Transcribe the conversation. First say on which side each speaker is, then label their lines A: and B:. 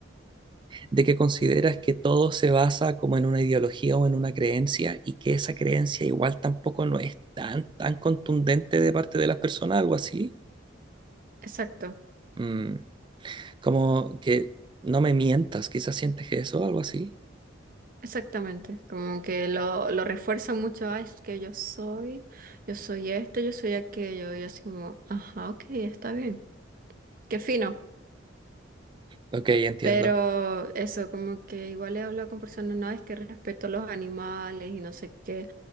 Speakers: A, on the right (about 25°); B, on the right (about 45°).
A: de que consideras que todo se basa como en una ideología o en una creencia y que esa creencia igual tampoco no es tan, tan contundente de parte de las personas, algo así.
B: Exacto,
A: Mm, como que no me mientas, quizás sientes que eso, algo así.
B: exactamente. Como que lo, lo refuerzan mucho. Ah, es que yo soy, yo soy esto, yo soy aquello. Y así como, ajá, ok, está bien. Qué fino.
A: Ok, entiendo.
B: Pero eso, como que igual he hablado con personas, no, es que respeto a los animales y no sé qué.